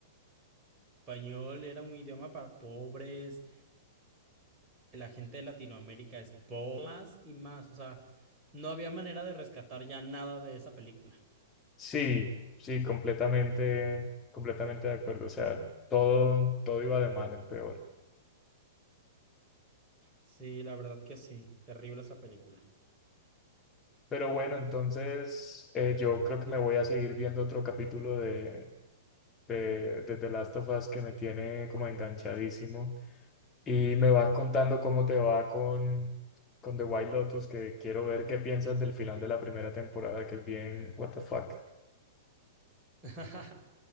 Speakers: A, on the right (about 20°); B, on the left (about 20°).
A: español era un idioma para pobres la gente de Latinoamérica es po- más y más. O sea, no había manera de rescatar ya nada de esa película.
B: Sí, sí, completamente, completamente de acuerdo. O sea, todo, todo iba de mal en peor.
A: Sí, la verdad que sí. Terrible esa película.
B: Pero bueno, entonces eh, yo creo que me voy a seguir viendo otro capítulo de, de, de The Last of Us que me tiene como enganchadísimo. Y me vas contando cómo te va con, con The White Lotus, que quiero ver qué piensas del final de la primera temporada, que es bien, what the fuck.
A: <laughs> Va,